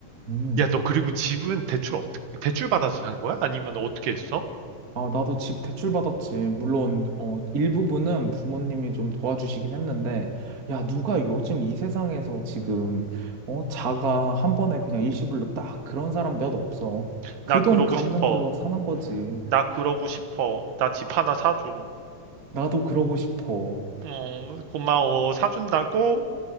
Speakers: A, on the right; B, on the right.
A: 음.
B: 야, 너 그리고 집은 대출 어떻게, 대출 받아서 산 거야? 아니면 어떻게 했어?
A: 아, 나도 집 대출받았지. 물론, 어, 일부분은 부모님이 좀 도와주시긴 했는데, 야, 누가 요즘 이 세상에서 지금, 어, 자가 한 번에 그냥 일시불로 딱 그런 사람 몇 없어.
B: 나
A: 그
B: 그러고
A: 돈 갚는
B: 싶어.
A: 걸로 사는 거지.
B: 나 그러고 싶어. 나 집 하나 사줘.
A: 나도 그러고 싶어.
B: 어, 고마워. 사준다고?